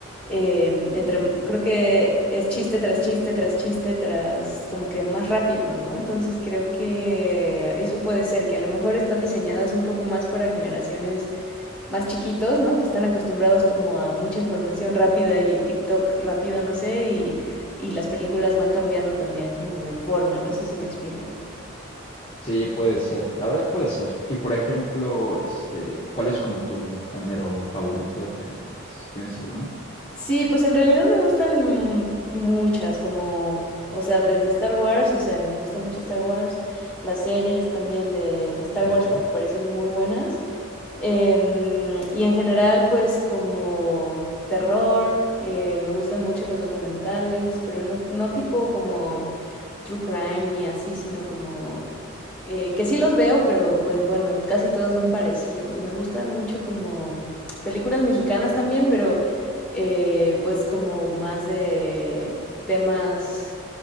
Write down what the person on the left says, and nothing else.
Sí, puede ser. La verdad puede ser. Y por ejemplo, este, ¿cuál es como tu género favorito de películas? ¿Tienes alguno?
Ok,